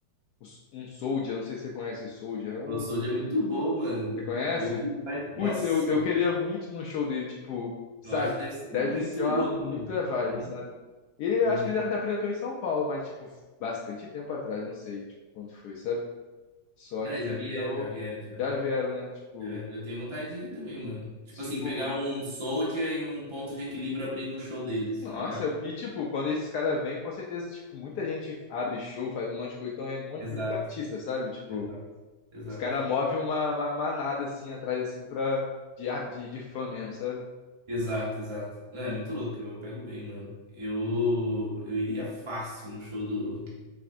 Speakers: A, on the left (about 70°); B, on the right (about 30°).
A: Um um Soldier, não sei se você conhece o Soldier. é Um,
B: O Soulja é muito bom, mano.
A: você conhece?
B: Bom demais. Nossa,
A: Putz, eu, eu queria muito no show dele, tipo, sabe?
B: eu acho que deve ser muito
A: Deve ser
B: louco,
A: uma muita
B: mano.
A: vibe,
B: Uhum,
A: sabe? Ele
B: uhum.
A: eu acho que ele já se apresentou em São Paulo, mas, tipo, bastante tempo atrás, não sei, tipo, quanto foi, sabe? Só
B: Né,
A: que
B: já vieram,
A: eu
B: já vieram, já.
A: já vieram, né? Tipo,
B: Já vieram. Eu tenho vontade de ir também, mano. Tipo
A: tipo,
B: assim, pegar um Soulja e um ponto de equilíbrio abrindo o show deles,
A: nossa,
B: tá ligado?
A: e tipo, quando esses caras vêm, com certeza, tipo, muita gente abre show, faz um monte de coisa, então é um monte,
B: Exato,
A: muito artista, sabe? Tipo,
B: exato, exato.
A: os caras movem uma, uma manada assim atrás, assim, pra, de, ar- de, de fã mesmo, sabe?
B: Exato, exato. Não, é
A: E,
B: muito louco, eu pego bem, mano. Eu, eu iria fácil no show do,